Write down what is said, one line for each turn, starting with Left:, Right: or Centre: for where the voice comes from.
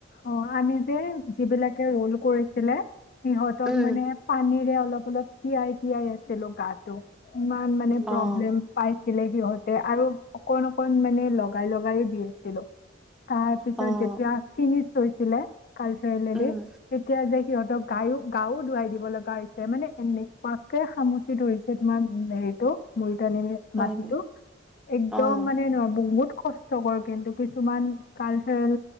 Left: অ আমি যে যিবিলাকে ৰোল কৰিছিলে, সিহঁতক
Centre: উম,
Left: মানে পানীৰে অলপ অলপ তিয়াই তিয়াই আছিলো গাটো। ইমান মানে
Centre: অ',
Left: প্ৰব্লেম পাইছে। ছিলে সহতে আৰু অকণ অকণ মানে লগাই লগাই দি আছিলো <unintelligible> তাৰ পিছত
Centre: অ'।
Left: যেতিয়া। ফিনিছ হৈছিলে। কালচাৰেল
Centre: উম,
Left: তেতিয়া যে সিহঁতক গায়ক। গা ও ধুৱাই দিব লাগে। গাইছে মানে এনেকুৱা। সামুচি ধৰিছে তোমাৰ উ হেৰিটো ম।
Centre: হয়
Left: মাটিটো একদম
Centre: অ',
Left: মানে ন বহুত। কষ্টকৰ কিন্তু কিছুমান কালচাৰেল।